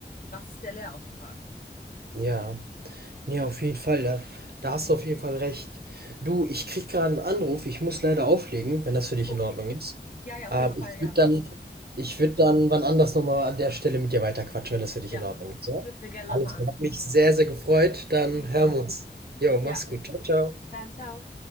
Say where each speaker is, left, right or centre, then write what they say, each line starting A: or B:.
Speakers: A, on the left; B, on the right.
A: was ist der Lehrauftrag?
B: ja. Ja, auf jeden Fall. Da, da hast du auf jeden Fall recht. Du, ich krieg gerade einen Anruf. Ich muss leider auflegen, wenn das für dich
A: Okay.
B: in Ordnung ist.
A: Ja, ja, auf
B: Ähm,
A: jeden Fall,
B: ich
A: ja.
B: würde dann, ich würde dann wann anders nochmal an der Stelle mit dir weiterquatschen, wenn das für dich
A: Ja,
B: in Ordnung ist, ja?
A: knüpfen wir gerne
B: Alles
A: nochmal an.
B: klar. Hat mich sehr, sehr gefreut. Dann
A: Tito.
B: hören wir uns. Jo, mach's
A: Ja,
B: gut. Ciao, ciao.
A: dann ciao.